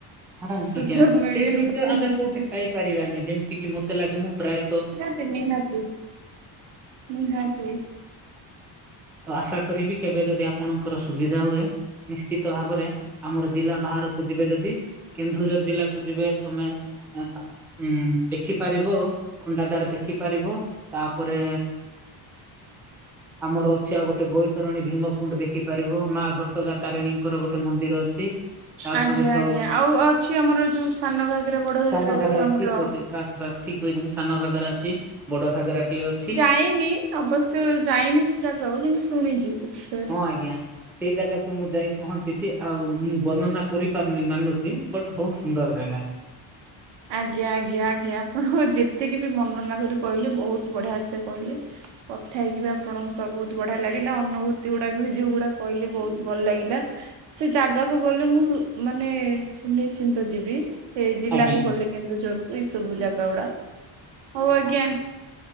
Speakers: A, in the centre; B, on the right.
A: ହଁ ଆଜ୍ଞା
B: ସୁଯୋଗ ମିଳିବେ
A: ସେଇ ଦୃଶ୍ୟ
B: ନିଶ୍ଚିନ୍ତ
A: ଆମେ
B: ସୁଯୋଗ
A: କୋଉଠି ପାଇପାରିବାନି ଯେମ୍ତି କିି ମତେ ଲାଗେ ମୁଁ ପ୍ରାୟ
B: ନିହାତି ନିହାତି ନିହାତି।
A: ତ ଆଶା କରିବି କେବେ ଯଦି ଆପଣଙ୍କର ସୁବିଧା ହୁଏ ନିଶ୍ଚିତ ଭାବରେ ଆମର ଜିଲ୍ଲା ବାହାର କୁ ଯିବେ ଯଦି କେନ୍ଦୁଝର ଜିଲ୍ଲାକୁ ଯିବେ ତମେ ଉଁ ଦେଖିପାରିବ ଖଣ୍ଡାଧାର ଦେଖିପାରିବ। ତାପରେ ଆମର ଚି ଆଉ ଗୋଟେ ବୈତରଣୀ ଭୀମକୁଣ୍ଡ୍ ଦେଖିପାରିବ ମା ଘଟଗାଁ ତାରିଣୀଙ୍କର ଗୋଟେ ମନ୍ଦିର ଅଛି। ତା
B: ଆଜ୍ଞା
A: ସହିତ
B: ଆଜ୍ଞା ଆଉ ଅଛି ଆମର ଯୋଉ ସାନଘାଗେରା ବଡଘାଗେରା
A: ସାନ ଘାଗରା
B: ଯୋଉ ଆମର
A: ଠିକ କହିଛି ବାସ୍ ବାସ୍ ଠିକ୍ କହିଛନ୍ତି ସାନଘାଗେରା ଅଛି ବଡଘାଗେରା ଟିଏ ଅଛି।
B: ହେଇନି। ଅବଶ୍ୟ ଯାଇନି ସେ ଜାଗାକୁ କିନ୍ତୁ ଶୁଣିଚି ସେ ବିଷୟରେ।
A: ହଁ ଆଜ୍ଞା। ସେଇ ଜାଗାକୁ ମୁଁ ଯାଇ ପହଞ୍ଚିଚି ଆଉ ମୁଁ ବର୍ଣ୍ଣନା କରିପାରୁନି ମାନୁଚି ବଟ୍ ବହୁତ ସୁନ୍ଦର ଜାଗା।
B: ଆଜ୍ଞା ଆଜ୍ଞା ଆଜ୍ଞା ଆପଣଙ୍କୁ ଯେତିକି ବି ବର୍ଣ୍ଣନା କରି କହିଲେ ବହୁତ ବଢିଆ ସେ କହିଲେ। କଥା ହେଇକି ବି ଆପଣଙ୍କ ସ ବହୁତ ବଢିଆ ଲାଗିଲା ଅନୁଭୂତି ଗୁଡାକ ବି ଯୋଉଗୁଡା କହିଲେ ବହୁତ ଭଲ ଲାଗିଲା। ସେ ଜାଗାକୁ ଗଲେ ମୁଁ ମାନେ ସୁନିଶ୍ଚିନ୍ତ ଯିବି ସେ ଜିଲ୍ଲା
A: ଆଜ୍ଞା
B: ଦୁ ଲେ କେନ୍ଦୁଝରକୁ ଏଇ ସବୁ ଜାଗା ଗୁଡା ହଉ ଆଜ୍ଞା
A: ହଁ